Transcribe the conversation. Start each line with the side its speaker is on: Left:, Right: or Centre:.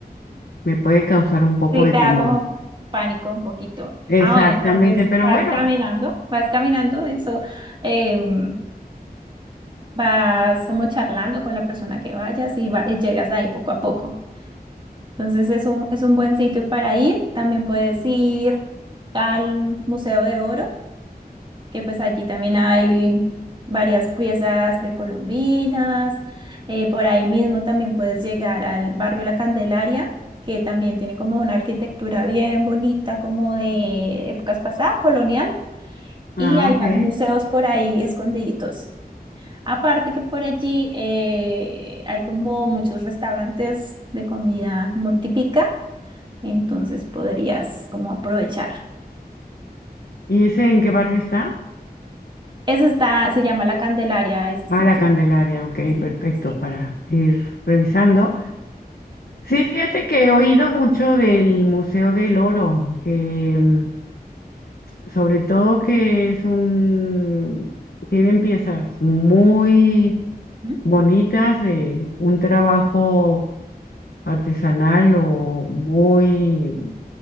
Left: me puede causar un poco
Right: Sí,
Left: de
Right: te
Left: temor.
Right: da como pánico un poquito.
Left: Exactamente,
Right: Ah, bueno, entonces
Left: pero
Right: vas
Left: bueno,
Right: caminando, vas caminando, eso, em, vas como charlando con la persona que vayas y, va- y llegas ahí poco a poco. Entonces es un, es un buen sitio para ir. También puedes ir al Museo de Oro. que pues allí también hay varias piezas precolombinas. Eh, por ahí mismo también puedes llegar al barrio La Candelaria, que también tiene como una arquitectura bien bonita, como de épocas pasadas, colonial,
Left: ah,
Right: y hay
Left: ok.
Right: más museos por ahí escondiditos. Aparte que por allí eh, hay como muchos restaurantes de comida muy típica, entonces podrías como aprovechar.
Left: ¿Y ese en qué barrio está?
Right: Ese está, se llama La Candelaria, ese sitio.
Left: Ah, la Candelaria, ok,
Right: Sí,
Left: perfecto,
Right: sí.
Left: para ir revisando. Sí, fíjate que he oído mucho del Museo del Oro, que mm, sobre todo que es un, tienen piezas muy
Right: ¿Mm?
Left: bonitas de un trabajo artesanal o muy,